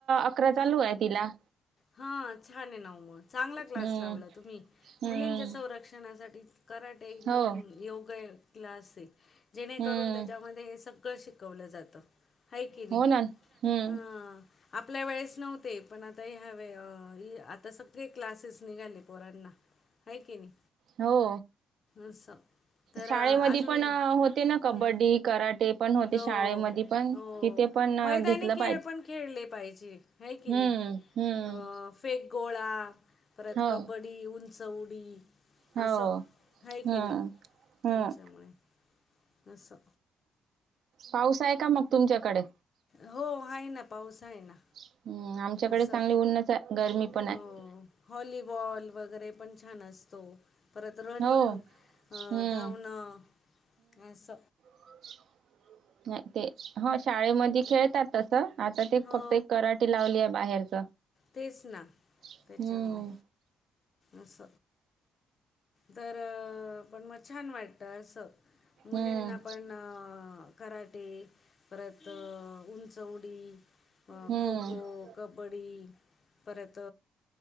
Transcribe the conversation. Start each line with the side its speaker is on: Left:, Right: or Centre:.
Right: अकरा चालू आहे तिला.
Left: हा, छान आहे नव मग. चांगला
Right: हम्म
Left: क्लास लावला तुम्ही.
Right: हम्म
Left: मुलींच्या संरक्षणासाठी कराटे एकदम
Right: हो
Left: योग्य. ग्य क्लास हे. जेणेकरून
Right: हम्म
Left: त्याच्यामध्ये हे सगळं शिकवलं जातं. हाय कि नाही.
Right: हो ना हम्म
Left: ह, आपल्या वेळेस नव्हते पण आता या ह्यावेअ, आता सगळे क्लासेस निघाले पोरांना आहे की नाही.
Right: हो.
Left: अस, तर
Right: शाळेमध्ये
Left: अजून
Right: पण अ, होते ना कबड्डी
Left: हम्म
Right: कराटे पण होते
Left: हो
Right: शाळेमध्ये पण
Left: हो.
Right: तिथे पण अ,
Left: मैदानी
Right: घेतलं
Left: खेळ
Right: पाहिजे
Left: पण खेळले पाहिजे. हाय कि
Right: हम्म
Left: नाही.
Right: हम्म
Left: अ, फेक गोळा परत
Right: हो
Left: कबड्डी, उंचउडी
Right: हो
Left: असं, आहे की
Right: हम्म
Left: नाही.
Right: हम्म
Left: याच्यामुळे असं
Right: पाऊस आहे का मग तुमच्याकडे?
Left: हो, आहे ना पाऊस आहेना.
Right: हम्म आमच्याकडे
Left: असं,
Right: चांगली ऊन्हच आहे गरमी पण
Left: हो.
Right: आहे
Left: हॉलीबॉल वगैरे पण छान अस तो परत रनिंग
Right: हो हम्म
Left: धावणं अस
Right: पाचछ <inaudible> नाही ते ह शाळेमध्ये खेळतात तसं आता ते
Left: हो
Right: फक्त एक कराटे लावली आहे बाहेरच.
Left: तेच ना
Right: हम्म
Left: त्याच्यामुळे अस तर पण मग छान वाटत असं मुलींना
Right: हम्म
Left: पण कराटे परत उंचवडी
Right: हम्म
Left: खो-खो कबड्डी परत